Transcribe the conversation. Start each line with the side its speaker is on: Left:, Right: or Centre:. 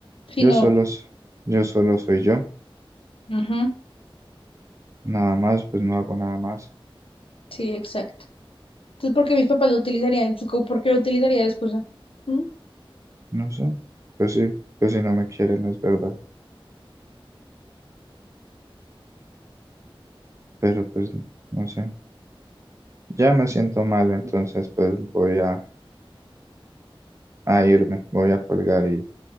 Left: Sí,
Right: Yo
Left: no.
Right: solo, s- yo solo soy yo.
Left: Ajá.
Right: Nada más, pues no hago nada más.
Left: Sí, exacto. Entonces, ¿por qué mis papás lo utilizarían? ¿Por qué lo utilizaría de excusa? ¿Mm?
Right: No sé. Pues sí, pues si no me quieren, es verdad. Pero pues, no sé. Ya me siento mal, entonces pues voy a... a irme. Voy a colgar y